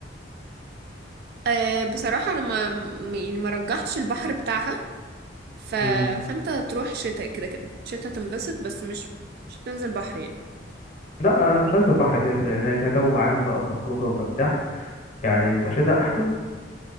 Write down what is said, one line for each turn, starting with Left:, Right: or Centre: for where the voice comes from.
Right: أه بصراحة أنا ما م- يعني ما رجحش البحر بتاعها ف...
Left: امم
Right: فأنت تروح شتاء كده كده شتاء تنبسط بس مش مش هتنزل بحر يعني
Left: لا آه، مش عايز البحر كده كده يعني كجو عام بقى وكخروجه وكبتاع يعني كشتاء احلى